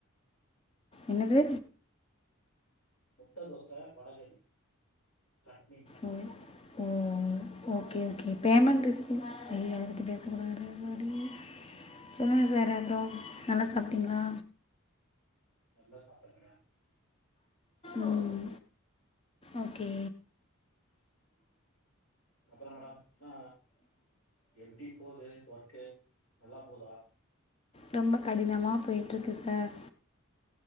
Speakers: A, on the left (about 30°); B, on the left (about 70°).
A: என்னது
B: முட்ட தோச வடகறி சட்னி
A: ஓ ஓ ஓகே ஓகே பேமெண்ட் ரிசீவ்னா ஐயோ அத பத்தி பேச கூடாதுல்ல சொல்லுங்க சார் அப்றோ நல்லா சாப்பிட்டீங்களா
B: நல்லா சாப்ட்ட மேடம்
A: உம் ஓகே
B: அப்புறம் மேடம் என்னா எப்டி போது ஒர்க்கு நல்லா போதா
A: ரொம்ப கடினமா போய்ட்டுருக்கு சார்